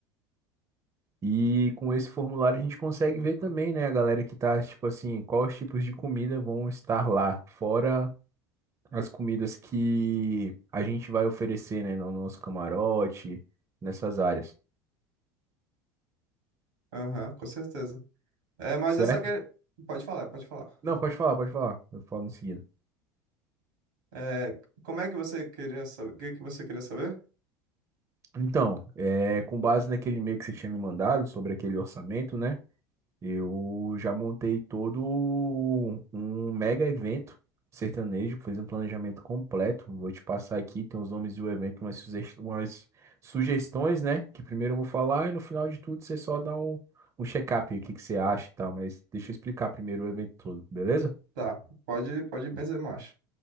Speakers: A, on the right; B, on the right.
A: E com esse formulário a gente consegue ver também, né, a galera que tá, tipo assim, quais tipos de comida vão estar lá, fora as comidas que a gente vai oferecer, né, no nosso camarote, nessas áreas,
B: Aham, com certeza. É, mas
A: certo?
B: essa que... Pode falar, pode falar.
A: Não, pode falar, pode falar, eu falo em seguida.
B: É, como é que você queria saber? O que que você queria saber?
A: Então, é, com base naquele e-mail que você tinha me mandado sobre aquele orçamento, né? Eu já montei todo um um mega evento sertanejo, fiz um planejamento completo. Vou te passar aqui, tem os nomes do evento, umas, suges- umas sugestões, né? Que primeiro eu vou falar e no final de tudo você só dá um, um check-up, aí, o que que você acha e tal. Mas deixa eu explicar primeiro o evento todo, beleza?
B: Tá, pode, pode benzer marcha.